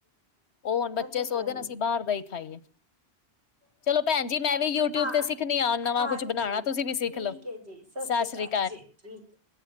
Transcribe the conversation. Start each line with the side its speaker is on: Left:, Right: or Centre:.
Left: ਉਹ ਹੁਨ ਬੱਚੇ
Right: ਇਹ ਤੇ
Left: ਸੋਚਦੇ
Right: ਹੈ ਹੀ
Left: ਨੇ ਅਸੀਂ ਬਾਹਰ ਦਾ ਹੀ ਖਾਈਏ। ਚਲੋ ਭੈਨ ਜੀ ਮੈਂ ਵੀ ਯੂਟਿਊਬ
Right: ਹਾਂ
Left: ਤੇ ਸਿੱਖਨੀ ਆ ਨਵਾਂ
Right: ਹਾਂਜੀ
Left: ਕੁਛ ਬਨਾਣਾ ਤੁਸੀਂ ਵੀ ਸਿੱਖ
Right: ਠੀਕ
Left: ਲਓ
Right: ਹੈ ਜੀ
Left: ਸਤਿ ਸ੍ਰੀ।
Right: ਅਕਾਲ ਜੀ ਠਕ। <unintelligible>